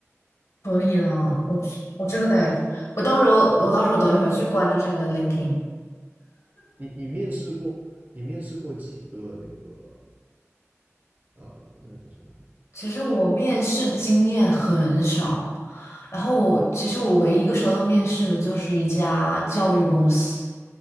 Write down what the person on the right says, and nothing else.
你你面试过你面试过几个那个呃那个叫什么来着？